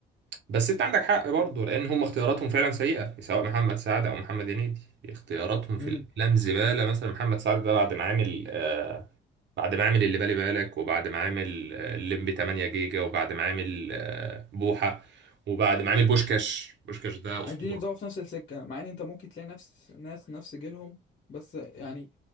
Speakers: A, on the right; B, on the left.
A: بس انت عندك حق برضه لان هم اختياراتهم فعلا سيئة سواء محمد سعد او محمد هنيدي اختياراتهم في
B: امم
A: الافلام زبالة مثلا محمد سعد ده بعد ما عامل آه بعد ما عامل اللي بالي بالك وبعد ما عامل آه، الليمبي 8 جيجا وبعد ما عامل آه بوحة وبعد ما عامل بوشكاش بوشكاش ده اسطورة
B: اديني في ضعف في نفس السكه مع ان انت ممكن تلاقي نفس ناس نفس جيلهم بس يعني